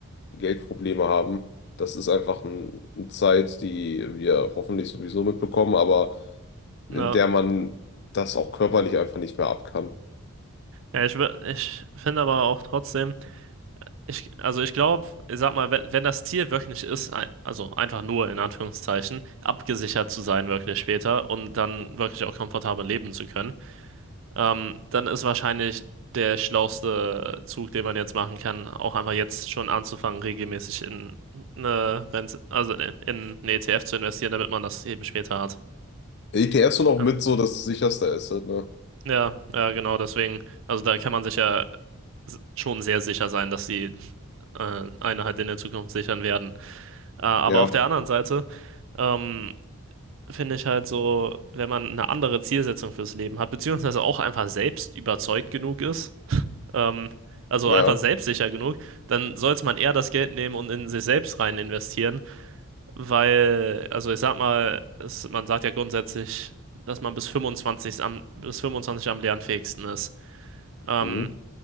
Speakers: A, on the left; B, on the right.
A: Geldprobleme haben. Das ist einfach ein, eine Zeit, die wir hoffentlich sowieso mitbekommen, aber in
B: ja.
A: der man das auch körperlich einfach nicht mehr ab kann.
B: Ja, ich, wür- ich finde aber auch trotzdem. Ich, also ich glaube, ich sag mal, wenn, wenn das Ziel wirklich ist, ei- also einfach nur in Anführungszeichen, abgesichert zu sein wirklich später und dann wirklich auch komfortabel leben zu können, ähm, dann ist wahrscheinlich der schlauste Zug, den man jetzt machen kann, auch einfach jetzt schon anzufangen, regelmäßig in eine Rente, also in, in einen ETF zu investieren, damit man das eben später hat.
A: ETFs sind auch
B: Ähm,
A: mit so das sicherste Asset, ne?
B: ja, ja, genau, deswegen, also da kann man sich ja s- schon sehr sicher sein, dass die äh, eine halt in der Zukunft sichern werden. Ah, aber
A: Ja,
B: auf der anderen Seite ähm, finde ich halt so, wenn man eine andere Zielsetzung fürs Leben hat, beziehungsweise auch einfach selbst überzeugt genug ist, ähm, also
A: ja,
B: einfach selbstsicher genug, dann sollte man eher das Geld nehmen und in sich selbst rein investieren, weil, also ich sag mal, es, man sagt ja grundsätzlich, dass man bis 25 am, bis 25 am lernfähigsten ist. Ähm,
A: mhm,